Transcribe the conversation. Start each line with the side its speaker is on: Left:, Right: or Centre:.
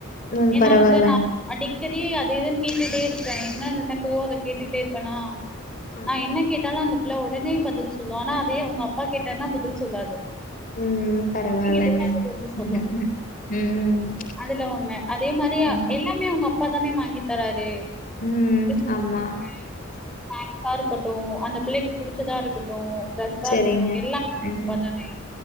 Left: ம்.
Centre: ஏனா
Left: பரவாயில்ல.
Centre: வந்து நா அடிக்கடி அது இதுனு கேட்டுட்டே இருப்பே என்ன நடக்குதோ அத கேட்டுட்டே இருப்பேனா
Left: ஆமா.
Centre: நா என்ன கேட்டாலு அந்த பிள்ள உடனே பதில் சொல்லோ ஆனா அதே அவங்க அப்பா கேட்டாருன்னா பதில் சொல்லாது
Left: ம் பரவாலங்க
Centre: என்கிட்டயே வந்து பதில் சொல்லும்.
Left: ம் ம் ம்
Centre: அதுல ஒன்னு அதே மாரி
Left: ம்
Centre: எல்லா மே அவங்க அப்பா தானே வாங்கி தராரு
Left: ம்
Centre: ட்ரெஸ்ஸு ம்
Left: ஆமா.
Centre: ம் சாக்ஸா இருக்கட்டு அந்த பிள்ளைக்கு புடிச்சதா இருக்கட்டு ட்ரெஸ்ஸா
Left: சரிங்க.
Centre: இருக்கட் டு எல்லாமே அவங்க
Left: ம்.
Centre: அப்ப தானே